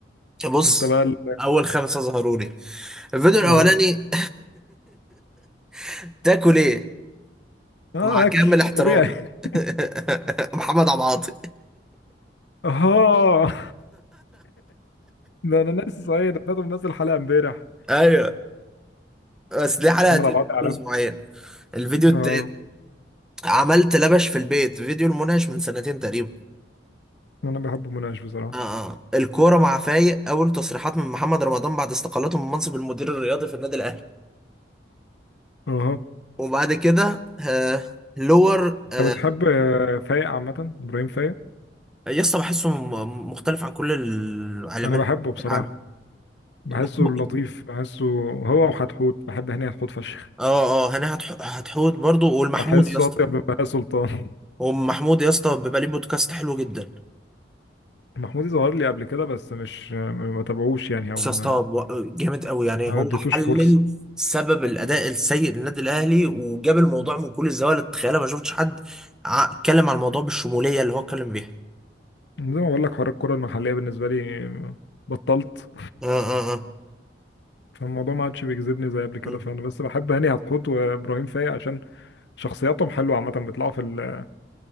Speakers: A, in the centre; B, on the left.
A: بص
B: انت بقى ال...
A: اول خمسه ظهروا لي الفيديو الاولاني
B: اه
A: <laughs> تاكل ايه
B: اه
A: مع
B: اكل
A: كامل احترامي
B: طبيعي
A: <laughs>
B: <laughs>
A: محمد عبد العاطي
B: اه ده انا ناسي صحيح ده فاتو منزل حلقه امبارح
A: ايوه بس دي حلقه
B: محمد
A: دي
B: عبد العاطي علام
A: من اسبوعين الفيديو التاني
B: اه
A: عملت لبش في البيت فيديو المناقش من سنتين تقريبا
B: انا بحبه مناقش بصراحه
A: اه اه الكوره مع فايق اول تصريحات من محمد رمضان بعد استقالته من منصب المدير الرياضي في النادي الاهلي
B: اه
A: وبعد كده آه لور
B: انت
A: آه
B: بتحب آه، فايق عامه ابراهيم فايق
A: يسطا بحسه م- مختلف عن كل العالمين
B: انا بحبه بصراحه
A: في العالم
B: بحسه
A: بحبه
B: لطيف بحسه هو وحتحوت بحب هاني حتحوت فشخ
A: اه اه هنا هتح- هتحوت برضو والمحمود
B: بحسه
A: يا اسطى
B: اطيب من بهاء سلطان <laughs>
A: ومحمود يا اسطى بيبقى ليه بودكاست حلو جدا
B: محمودي ظهر لي قبل كده بس مش ما بتابعوش يعني او
A: بس
B: ما
A: يا اسطى و- جامد قوي يعني
B: ما
A: هو
B: اديتوش
A: حلل
B: فرصه
A: سبب الاداء السيء للنادي الاهلي وجاب الموضوع من كل الزوايا اللي تتخيلها ما شفتش حد ع- اتكلم عن الموضوع بالشموليه اللي هو اتكلم بيها
B: زي ما بقول لك حوار الكره المحليه بالنسبه لي بطلت
A: اه اه اه
B: فالموضوع ما عادش بيجذبني زي قبل كده
A: مم.
B: فانا بس بحب هاني حتحوت وابراهيم فايق عشان شخصياتهم حلوه عامه بيطلعوا في ال-